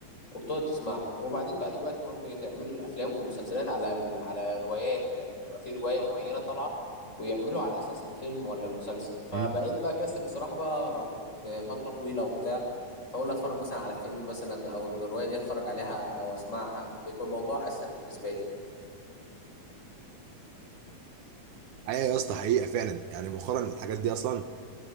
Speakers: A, on the left; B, on the right.
A: وبتقعد تسمعها وبعدين بقى دلوقتي كمان بتعملوا الافلام والمسلسلات على ال... على روايات يعني بتبقى في روايه معينه طالعه ويعملوا على اساسها الفيلم ولا المسلسل فبقيت
B: أمم.
A: بقى كسل الصراحه بقى أقرأ ب- بفتره طويله وبتاع فاقول اتفرج مثلا على فيلم مثلا او الروايه دي اتفرج عليها او اسمعها بيكون الموضوع اسهل بالنسبه لي
B: أيوة يا اسطى حقيقه فعلا يعني مؤخرا الحاجات دي اصلا